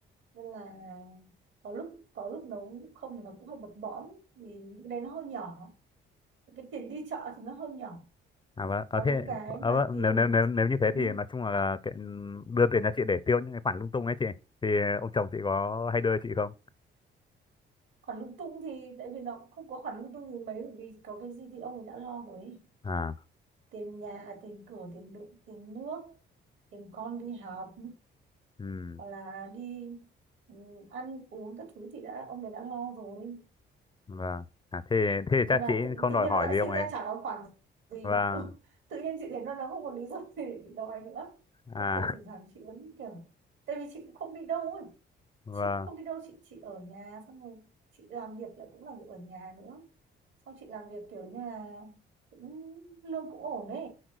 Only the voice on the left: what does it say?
À vâng, à,
thế
à, vâng.
Nếu, nếu nếu nếu như thế
thì nói chung là cái, ừ, đưa tiền cho chị để tiêu những cái khoản lung tung ấy chị. Thì ông chồng chị có hay đưa chị không?
À,
ừ,
vâng. À, thế thế thì
chắc
chị
không
đòi
hỏi
gì ông
ấy.
Vâng.
À,
<laughs>
vâng,